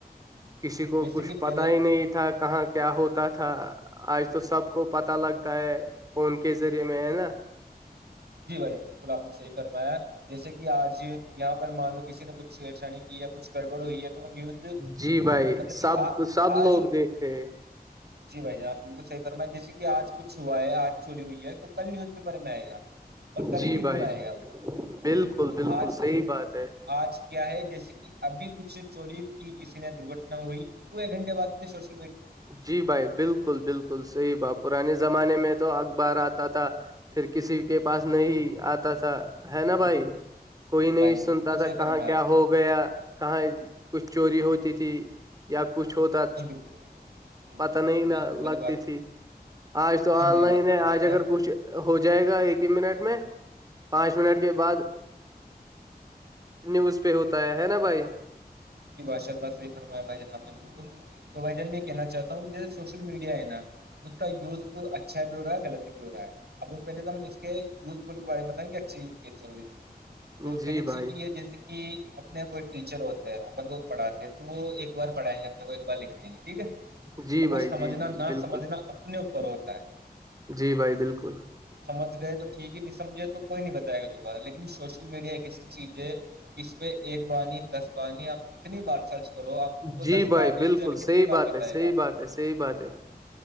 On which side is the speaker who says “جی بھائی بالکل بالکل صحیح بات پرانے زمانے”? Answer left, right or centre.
Right